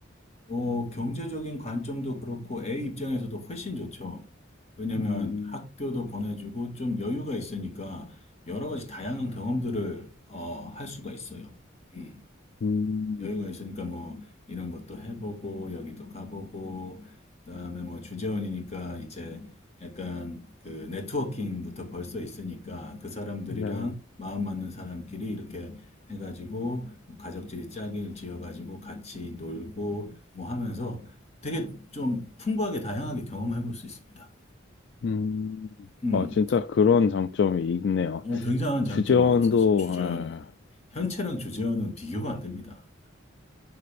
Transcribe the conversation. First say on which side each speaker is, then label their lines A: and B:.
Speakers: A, on the left (about 30°); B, on the left (about 60°).
A: 어, 경제적인 관점도 그렇고 애 입장에서도 훨씬 좋죠. 왜냐면
B: 음,
A: 학교도 보내주고 좀 여유가 있으니까 여러 가지 다양한 경험들을 어, 할 수가 있어요. 음.
B: 음,
A: 여유가 있으니까 뭐 이런 것도 해보고 여기도 가보고 그다음에 뭐 주재원이니까 이제 약간 그 네트워킹부터 벌써 있으니까 그 사람들이랑
B: 네.
A: 마음 맞는 사람끼리 이렇게 해가지고 뭐 가족들이 짝을 지어가지고 같이 놀고 뭐 하면서 되게 좀 풍부하게 다양하게 경험해 볼 수 있습니다.
B: 음,
A: 음,
B: 아, 진짜 그런 장점이 있네요.
A: 어, 굉장한 장점이죠
B: 주재원도,
A: 사실 주재원은
B: 아.
A: 현채랑 주재원은 비교가 안 됩니다.